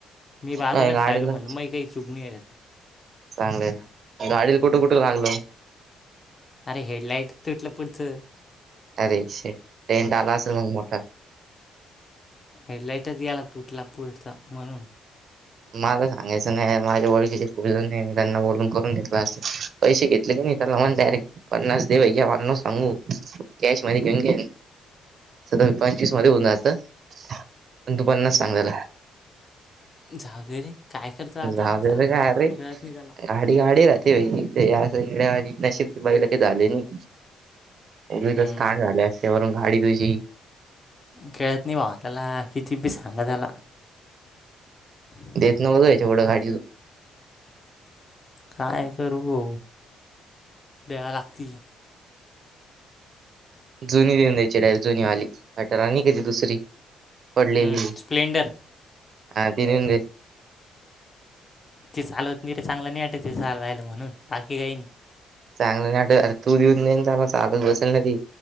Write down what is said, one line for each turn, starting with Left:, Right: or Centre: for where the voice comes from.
Left: मी बाजूलाच
Right: काय गाडीला
Left: राहिलो म्हणल म काही चुकणी आहे
Right: चांगलंय गाडीला कुठं कुठं लागलं
Left: अरे हेडलाईट तुटलं पुढतं
Right: अरे शे टेंट आला असेल मग मोठा
Left: हेडलाइटच याला तुटला पुढचा म्हणून
Right: मला सांगायचं नाही माझ्या ओळखीचे खूप जण आहे मी त्यांना बोलून करून घेतला असतो पैसे घेतले क नाही त्याला लान डयरेक्ट पणनास दे अय म न सांगू कश मध्ये स पंचवीस मध्ये होऊनतं दुपननाच सांगायला
Left: जाऊ दे रे काय करतो आता
Right: राहू दे
Left: सांगून
Right: रे काय अरे
Left: खेळत नाही त्याला
Right: गाडी गाडी राहते आणि नशबची महिला काही झाले नाही त
Left: हम्म
Right: तच ाान झाले असते वरून गाडी तुझी
Left: खेळत नाही वा त्याला किती बी सांगा झाला ह
Right: देत न बघवायच्या एवढं गाडी
Left: काय करू हो द्यावा लागती
Right: जुनी देऊन द्यायची डाय जुनी आली हटर आणि कि ती दुसरी पडलेली
Left: हम्म स्प्लेंडर
Right: हा <unintelligible>
Left: ती चालवत नाही त चांगलं नाही वाटत रे चालवायला म्हणून बाकी काही नाही.
Right: चांगल नाही वाटत अरे तू निऊन दे जा ना चालवत बसल ना ती.